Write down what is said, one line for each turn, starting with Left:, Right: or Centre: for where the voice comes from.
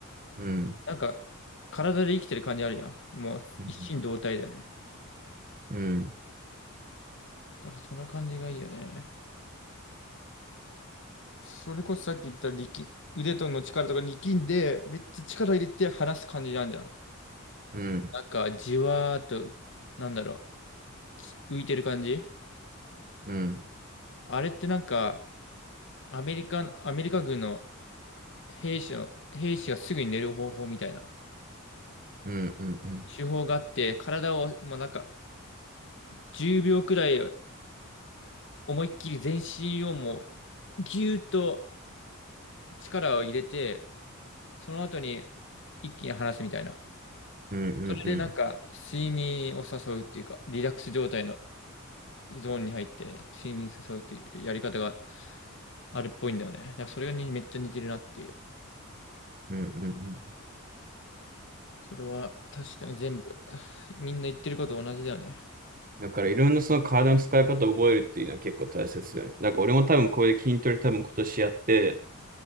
Right: うん。
Left: なんか、体で生きてる感じあるじゃん。もう一心同体だよね。
Right: うん。うん
Left: だからその感じがいいよね。それこそさっき言った力、腕との力とか力んで、めっちゃ力入れて離す感じなんじゃん。
Right: うん、
Left: なんか、じわーっと、なんだろう、浮いてる感じ
Right: うん、
Left: あれってなんか、アメリカ、アメリカ軍の兵士の、兵士がすぐに寝る方法みたいな
Right: うん、うん、うん、
Left: 手法があって、体をもうなんか、10秒くらい思いっきり全身をもう、ぎゅーっと力を入れて、その後に一気に離すみたいな。
Right: うん、うん、
Left: それでなんか、
Right: うん、
Left: 睡眠を誘うっていうか、リラックス状態のゾーンに入って睡眠誘うっていうやり方があるっぽいんだよね。だからそれがにめっちゃ似てるなっていう。
Right: うん、うん
Left: それは確かに全部、<laughs> <sighs> みんな言ってること同じだよね。
Right: だからいろんなその体の使い方を覚えるっていうのは結構大切だよね。だから俺も多分これで筋トレ多分今年やって、